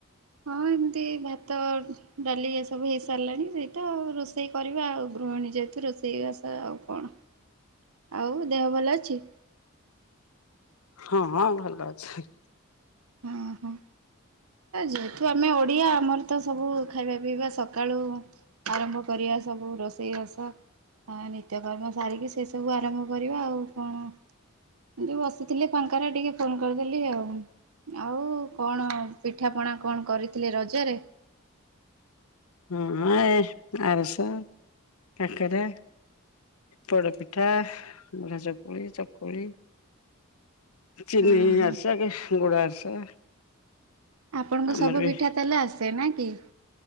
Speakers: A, on the right; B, on the left.
A: ହଁ ଏମିତି ଭାତ ଡାଲି ଏସବୁ ହେଇସାରିଲାଣି ସେଇ ତ ରୋଷେଇ କରିବା ଆଉ ଗୃହିଣୀ ଯେହେତୁ ରୋଷେଇବାସ ଆଉ କଣ ଆଉ ଦେହ ଭଲ ଅଛି
B: ହଁ ହଁ ଭଲ ଅଛି
A: ହଁ ହଁ। ଯେହେତୁ ଆମେ ଓଡ଼ିଆ ଆମର ତ ସବୁ ଖାଇବା ପିଇବା ସକାଳୁ ଆରମ୍ଭ କରିବା ସବୁ ରୋଷେଇ ରସ ହଁ ନିତ୍ୟକର୍ମ ସାରିକି ସେ ସବୁ ଆରମ୍ଭ କରିବା ଆଉ କଣ ଯେଉ ବସିଥିଲି ଫାଙ୍କାରେ ଟିକେ ଫୋନ୍ କରିଦେଲି ଆଉ ଆଉ <inaudible> କଣ ପିଠାପଣା କଣ କରିଥିଲେ ରଜରେ?
B: ହଁ ଆରିସ କାକରା! ପୋଡ ପିଠା ବୁଢା ଚକୁଳି, ଚକୁଳି! ଚିନି
A: ହଁ ହଁ
B: ଆାରିସା କି ଗୁଡ ଆରିସା!
A: ଆପଣଙ୍କୁ
B: ଆମର
A: ସବୁ
B: ବି
A: ପିଠା ତାହେଲେ ଆସେ ନା କି?